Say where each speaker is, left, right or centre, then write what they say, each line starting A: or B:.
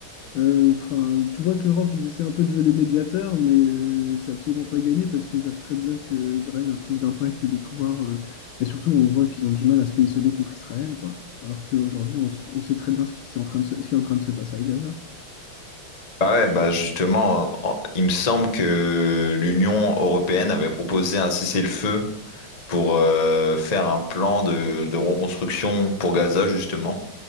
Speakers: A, on the left (about 75°); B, on the left (about 25°).
A: Euh, Enfin, tu vois que l'Europe, ils essaient un peu de jouer les médiateurs, mais euh, c'est absolument pas gagné parce qu'ils savent très bien que Israël a plus d'impact et de pouvoir. euh, et surtout, on voit qu'ils ont du mal à se positionner contre Israël, quoi. Alors qu'aujourd'hui, on, s- on sait très bien ce qui, s'est en train de se- ce qui est en train de se passer à Gaza.
B: Bah ouais, bah justement, en- il me semble que l'Union européenne avait proposé un cessez-le-feu pour euh, faire un plan de, de reconstruction pour Gaza, justement.